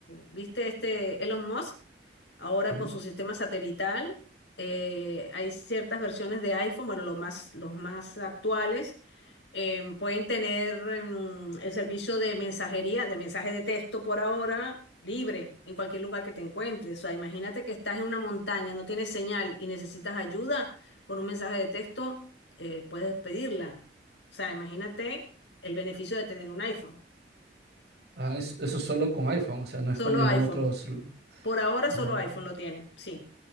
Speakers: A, on the left (about 85°); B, on the right (about 65°).
A: viste este Elon Musk, ahora
B: ujú.
A: con su sistema satelital, eh, hay ciertas versiones de iPhone, bueno, los más, los más actuales, em, pueden tener em, el servicio de mensajería, de mensaje de texto por ahora, libre, en cualquier lugar que te encuentres. O sea, imagínate que estás en una montaña, no tienes señal y necesitas ayuda, con un mensaje de texto eh, puedes pedirla. O sea, imagínate el beneficio de tener un iPhone.
B: Ah, eso, eso solo con iPhone, o sea, no
A: Solo
B: es con ningún
A: iPhone.
B: otro... celu-
A: Por ahora
B: Ojo.
A: solo iPhone lo tiene, sí.